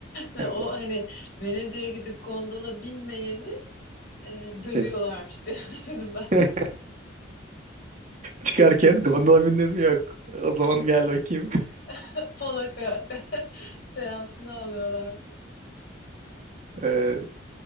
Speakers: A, on the left; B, on the right.
A: O
B: Ya bu
A: hani Venedik'e gidip gondola binmeyeni e, dövüyorlarmış
B: Şey,
A: diye <laughs> duydum ben.
B: <laughs> çıkarken gondola bindin mi yok. O zaman gel bakayım. <laughs>
A: <laughs> Falaka <laughs> seansına alıyorlarmış.
B: Ee,